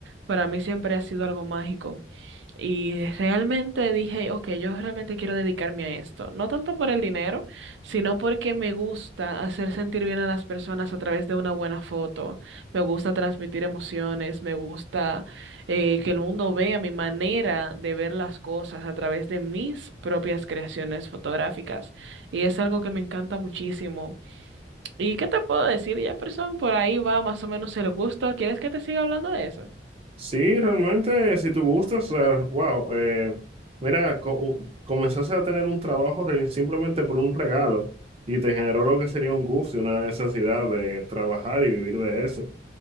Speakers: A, on the right; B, on the right.
A: Para mí siempre ha sido algo mágico. Y realmente dije, ok, yo realmente quiero dedicarme a esto. No tanto por el dinero, sino porque me gusta hacer sentir bien a las personas a través de una buena foto. Me gusta transmitir emociones, me gusta eh, que el mundo vea mi manera de ver las cosas a través de mis propias creaciones fotográficas. Y es algo que me encanta muchísimo. ¿Y qué te puedo decir, Jefferson? Por ahí va más o menos el gusto. ¿Quieres que te siga hablando de eso?
B: Sí, realmente, si tú gustas, o sea, wow, eh, mira, co- u- comenzaste a tener un trabajo re- simplemente por un regalo y te generó lo que sería un gusto y una necesidad de trabajar y vivir de eso. O